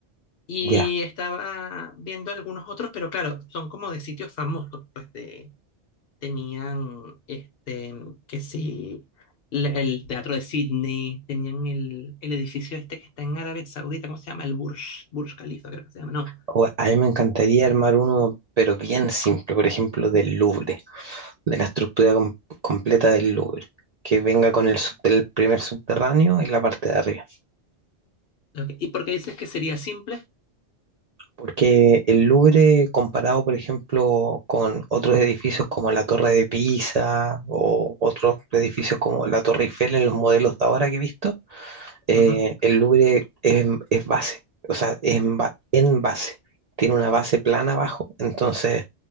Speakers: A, on the left; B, on the right.
A: Y
B: Ya.
A: estaba viendo algunos otros, pero claro, son como de sitios famosos, pues de, tenían este, que sí, la- el Teatro de Sydney, tenían el, el edificio este que está en Arabia Saudita, ¿cómo se llama? El Burj, Burj Khalifa, creo que se llama, no.
B: O- a mí me encantaría armar uno, pero bien simple, por ejemplo, del Louvre, de la estructura com- completa del Louvre, que venga con el, subter- el primer subterráneo y la parte de arriba.
A: Ok, ¿Y por qué dices que sería simple?
B: Porque el Louvre, comparado, por ejemplo, con otros edificios como la Torre de Pisa o otros edificios como la Torre Eiffel en los modelos de ahora que he visto, eh,
A: Ujú.
B: el Louvre es, es base, o sea, es en, ba- en base. Tiene una base plana abajo, entonces